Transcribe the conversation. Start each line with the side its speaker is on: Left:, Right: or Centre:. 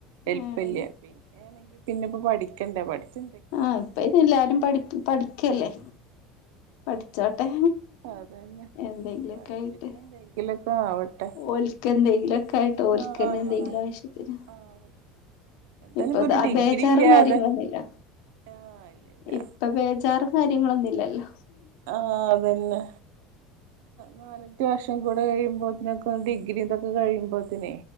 Right: എല്പില്ല
Left: ആഹ്
Right: പിന്നെണെങ്കിൽ പിന്നെപ്പ പഠിക്കണ്ടേ പഠിച്ച്
Left: ആ ഇപ്പ ഇത് എല്ലാരും പഠി പഠിക്കല്ലേ പഠിച്ചോട്ടെ
Right: ആഹ് അതന്നെ
Left: എന്തെങ്കിലൊക്കെ
Right: പഠിച്ചിട്ട്
Left: ആയിട്ട്
Right: എന്തെങ്കിലുമൊക്കെ ആവട്ടെ
Left: ഓൽക്ക് എന്തെങ്കിലും ഒക്കെ ആയിട്ടോ ഓൽക്കന്നെ
Right: ആഹ്
Left: എന്തെങ്കിലും ആവശ്യത്തിന്
Right: ആഹ് എന്തായാലും
Left: ഇപ്പൊ ദാ
Right: ഒരു ഡിഗ്രി
Left: ബേച്ചാറും
Right: ഇല്ലാതെ
Left: കാര്യങ്ങളൊന്നുംല്ല്യ
Right: ആഹ് ഇല്ലല്ല
Left: ഇപ്പൊ ബേജാറും കാര്യങ്ങളൊന്നുംല്ല്യല്ലോ
Right: ആ അതന്നെ നാലല്ട്ട വർഷം കൂടെ കഴിയുമ്പോത്തിനൊക്കെ ഡിഗ്രി ഇതൊക്കെ കഴിയുമ്പോത്തിനേ